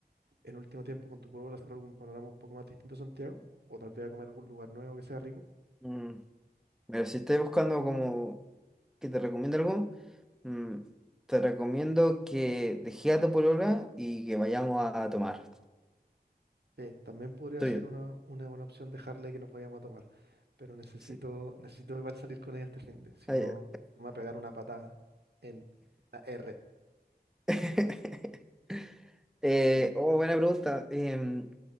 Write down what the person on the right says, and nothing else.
en último tiempo con tu pueblo hacer algún panorama un poco más distinto a Santiago, o tal vez a comer a algún lugar nuevo que sea rico,
eh, también podría
ser una, una buena opción dejarle que nos vayamos a tomar. Pero necesito,
necesito igual salir con ella este fin de, si
no,
si no me va a pegar una patada en la R.